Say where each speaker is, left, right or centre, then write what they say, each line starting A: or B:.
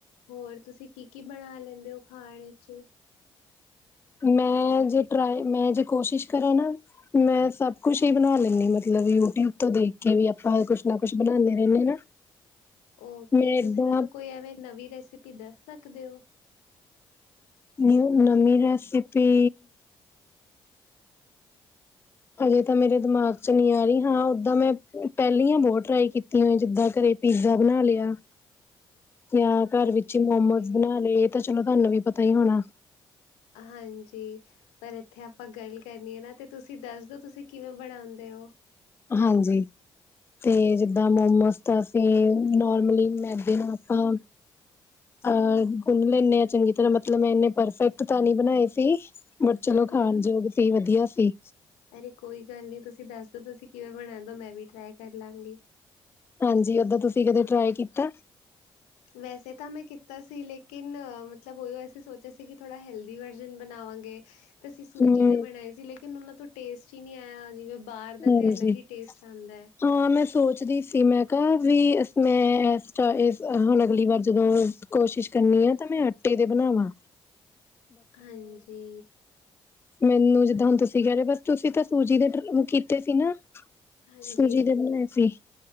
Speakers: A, on the left; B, on the left.
A: ਹੋਰ ਤੁਸੀਂ ਕੀ-ਕੀ ਬਣਾ ਲੈਂਦੇ ਹੋ ਖਾਣ 'ਚ'?
B: ਮੈਂ ਜੇ ਟਰਾਈ, ਮੈਂ ਜੇ ਕੋਸ਼ਿਸ਼ ਕਰਾਂ ਨਾ। ਮੈਂ ਸਭ ਕੁਛ ਹੀ ਬਣਾ ਲੈਂਨੀ ਮਤਲਬ ਯੂਟਿਊਬ ਤੋਂ ਦੇਖ ਕੇ ਵੀ ਆਪਾਂ ਕੁਛ ਨਾ ਕੁਛ ਬਣਾਉਂਨੇ ਰਹਿੰਨੇ ਨਾ।
A: ਓਕੇ
B: ਮੈਂ ਏਦਾਂ
A: ਤੁਸੀਂ ਮੈਨੂੰ ਕੋਈ ਐਵੇਂ ਨਵੀਂ ਰੈਸਪੀ ਦੱਸ ਸਕਦੇ ਉ?
B: ਨਿਊ ਨਵੀਂ ਰੈਸੀਪੀ ਹਜੇ ਤਾਂ ਮੇਰੇ ਦਿਮਾਗ 'ਚ' ਨਹੀਂ ਆਈ ਹਾਂ ਓਦਾਂ ਮੈਂ ਪਹਿਲੀਆਂ ਬਹੁਤ ਟਰਾਈ ਕੀਤੀ ਹੋਈ ਜਿੱਦਾਂ ਘਰੇ। ਪੀਜ਼ਾ ਬਣ ਲਿਆ।
A: <inaudible>
B: ਜਾਂ ਘਰ
A: ਓਕੇ
B: ਵਿੱਚ ਹੀ ਮੋਮੋਸ
A: ਓਕੇ
B: ਬਣਾ ਲਏ ਇਹ ਤਾਂ ਚਲੋ ਤੁਹਾਨੂੰ ਵੀ ਪਤਾ ਹੀ ਹੋਣਾ।
A: ਹਾਂਜੀ ਪਰ ਇੱਥੇ ਆਪਾਂ ਗੱਲ ਕਰਨੀ ਆ ਨਾ। ਤੇ ਤੁਸੀਂ ਦੱਸ ਦੋ ਤੁਸੀਂ ਕਿਵੇਂ ਬਣਾਂਦੇ ਓ
B: ਹਾਂਜੀ। ਤੇ ਜਿੱਦਾਂ ਮੋਮੋਸ ਤਾਂ ਅਸੀਂ ਨਰਮਲੀ ਮੈਦੇ ਨਾਲ ਆਪਾਂ ਅਹ ਗੁੰਨ ਲੈਂਣੇ ਆ ਚੰਗੀ ਤਰ੍ਹਾਂ ਮਤਲਬ ਮੈਂ ਇੰਨੇ ਪਰਫੈਕਟ ਤਾਂ ਨੀ ਬਣਾਏ ਸੀ। ਬਟ ਚਲੋ
A: ਹੂੰ-ਹੂੰ
B: ਖਾਣਯੋਗ ਸੀ ਵਧੀਆ ਸੀ।
A: ਅਰੇ ਕੋਈ ਗੱਲ ਨੀ ਤੁਸੀਂ ਦੱਸ ਦੋ ਤੁਸੀਂ ਕਿਵੇਂ ਬਣਾਂਦੇ ਦੋ ਮੈਂ ਵੀ ਟਰਾਈ ਕਰ ਲਾਂਗੀ।
B: ਹਾਂਜੀ ਓਦਾਂ ਤੁਸੀਂ ਕਦੇ ਟਰਾਈ ਕੀਤਾ।
A: ਵੈਸੇ ਤਾਂ ਮੈਂ ਕੀਤਾ ਸੀ ਲੇਕਿਨ, ਮਤਲਬ ਉਹੀ ਐਸੀ ਸੋਚਿਆ ਸੀ ਕਿ ਥੋੜਾ ਹੈਲਦੀ ਵਰਜਨ ਬਣਾਵਾਂਗੇ ਤੇ ਅਸੀਂ ਸੂਜੀ
B: ਹੂੰ
A: ਦੇ ਬਣਾਏ ਸੀ ਲੇ ਕਿ ਉਨਾਂ-ਉਨਾਂ ਤੋਂ ਟੇਸਟ ਹੀ ਨੀ ਆਇਆ ਜਿਵੇਂ ਬਾਹਰ ਦਾ
B: ਹਾਂਜੀ
A: ਤੇ ਅਲੱਗ ਹੀ ਟੇਸਟ ਆਦਾ।
B: ਹਾਂ ਮੈਂ ਸੋਚਦੀ ਸੀ ਮੈਂ ਕਿਹਾ ਵੀ ਮੈਂ ਵੀ <unintelligible> ਇਸ ਹੁਣ ਅਗਲੀ ਵਾਰ ਜਦੋਂ ਕੋਸ਼ਿਸ਼ ਕਰਨੀ ਆ ਤਾਂ ਮੈਂ ਆਟੇ ਤੇ ਬਣਾਮਾ।
A: ਹਾਂਜੀ।
B: ਮੈਨੂੰ ਜਿੱਦਾਂ ਹੁਣ ਤੁਸੀਂ ਕਹਿ ਰਹੇ ਓ ਬੱਸ ਤੁਸੀਂ ਤਾਂ ਸੂਜੀ ਟ ਕੀਤੇ ਸੀ ਨਾ
A: ਹਾਂਜੀ,
B: ਸੂਜੀ ਦੇ ਬਣਾਏ ਸੀ। <inaudible>